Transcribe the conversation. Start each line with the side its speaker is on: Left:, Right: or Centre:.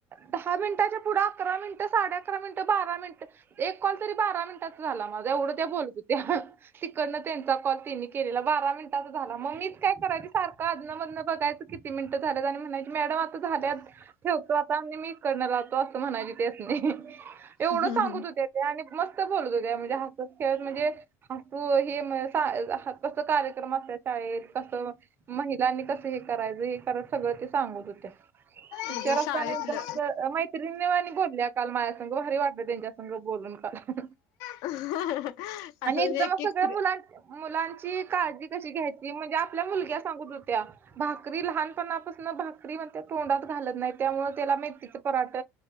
Right: दहा मिनिटाच्या पुढं अकरा मिनटं साडे अकरा मिनटं बारा मिनटं एक कॉल तरी बारा मिनिटाचा झाला माझा. एवढं त्या बोलत होत्या तिकडनं त्यांचा कॉल त्यांनी केलेला बारा मिन टाचा झाला मग मीच काय करायचे सारखं अधनं मधनं बघायचं की ती मिनिटं झाल्यात आणि म्हणायचं मॅडम आता झाल्यात ठेवतो आता आणि मी करणं लावतो अस म्हणायच्या त्यासनी एवढं
Left: हम्म हम्म.
Right: सांगत होत्या त्या आणि मस्त बोलत होत्या म्हणजे हास खेळत म्हणजे हासू हे म सा आ कस कार्यक्रम असत्यात शाळेत कसं महिलांनी कसं हे करायचं हे करत सगळं ते सांगत होत्या. टिचर
Left: म्हणजे
Right: असतानी
Left: शाळेतलं
Right: एकदम अस माहित त्रिणी वानी बोलल्या काल माया संग भारी वाटलं त्यांच्या संग बोलून काल.
Left: <inaudible>
Right: आणि एकदमच
Left: एक एक
Right: सगळ्या
Left: फ्री
Right: मुलां मुलांची काळजी कशी घ्यायची म्हणजे आपल्या मुलग्या सांगत होत्या भाकरी लहानपणापासन भाकरी म्हणत्या तोंडात घालत नाही. त्यामुळं त्याला मेथीचं पराठ